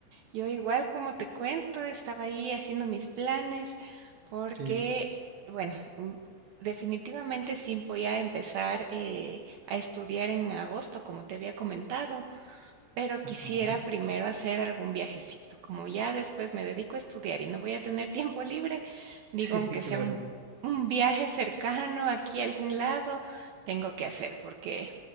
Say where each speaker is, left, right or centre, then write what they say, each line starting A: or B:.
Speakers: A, on the right; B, on the right.
A: Yo igual, como te cuento, estaba ahí haciendo mis planes porque,
B: Sí,
A: bueno, mm, definitivamente sí voy a empezar eh, a estudiar en agosto, como te había comentado, pero quisiera
B: ajá.
A: primero
B: <laughs>
A: hacer algún viajecito. Como ya después me dedico a estudiar y no voy a tener tiempo libre, digo,
B: Sí,
A: aunque
B: claro.
A: sea un, un viaje cercano aquí a algún lado, tengo que hacer porque